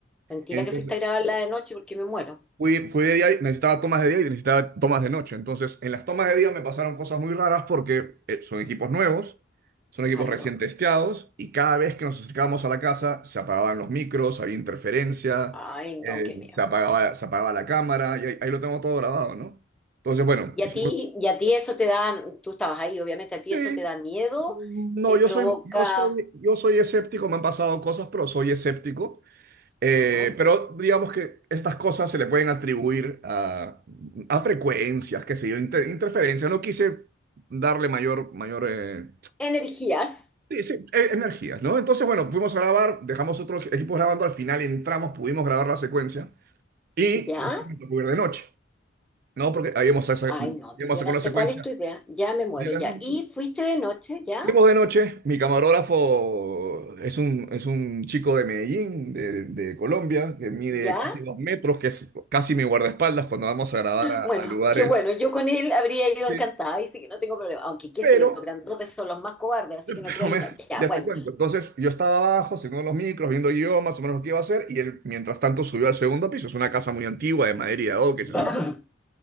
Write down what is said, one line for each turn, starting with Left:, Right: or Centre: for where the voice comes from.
Centre: mentira
Right: Entonces,
Centre: que fuiste a grabarla de noche porque me muero.
Right: fui, fui de día y necesitaba tomas de día y necesitaba tomas de noche. Entonces, en las tomas de día me pasaron cosas muy raras porque eh, son equipos nuevos, son equipos
Centre: Ay,
Right: recién
Centre: no,
Right: testeados y cada vez que nos acercábamos a la casa se apagaban los micros, había interferencia,
Centre: ay,
Right: eh,
Centre: no, qué miedo.
Right: se apagaba, se apagaba la cámara y ahí, ahí lo tengo todo grabado, ¿no? Entonces, bueno,
Centre: Y
Right: hicimos...
Centre: a ti, y a ti eso te da, tú estabas ahí, obviamente, a ti
Right: "Sí,
Centre: eso te da miedo,
Right: No,
Centre: te
Right: yo
Centre: provoca
Right: soy, yo soy, yo soy escéptico, me han pasado cosas, pero soy escéptico. Eh,
Centre: ujú,
Right: pero digamos que estas cosas se le pueden atribuir a, a frecuencias, qué sé yo, inter- interferencias. No quise darle mayor, mayor eh,
Centre: energías,
Right: sí, sí, eh, energías, ¿no? Entonces, bueno, fuimos a grabar, dejamos otros equipos grabando, al final entramos, pudimos grabar la secuencia y
Centre: ¿ya?
Right: después me tocó ir de noche, ¿no? Porque habíamos, sac-
Centre: Ay, no,
Right: habíamos
Centre: tú- yo
Right: sacado
Centre: no sé
Right: la secuencia
Centre: cuál es tu idea, ya me muero,
Right: de la
Centre: ya.
Right: noche.
Centre: Y fuiste de noche, ¿ya?
Right: Fuimos de noche, mi camarógrafo es un, es un chico de Medellín, de, de Colombia, que mide
Centre: ¿Ya?
Right: casi dos metros, que es casi mi guardaespaldas cuando vamos a grabar a,
Centre: Bueno,
Right: a lugares.
Centre: qué bueno, yo con él habría ido
Right: Sí,
Centre: encantada, ahí sí que no tengo problema. Aunque qué
Right: pero,
Centre: si los grandotes son los más cobardes, así
Right: pero
Centre: que no creáis
Right: me-
Centre: nada. Ya,
Right: ya
Centre: bueno,
Right: te cuento. Entonces yo estaba abajo, siguiendo los micros, viendo el guión, más o menos lo que iba a hacer, y él mientras tanto subió al segundo piso, es una casa muy antigua de madera y de adobe que
Centre: <coughs>
Right: se siente.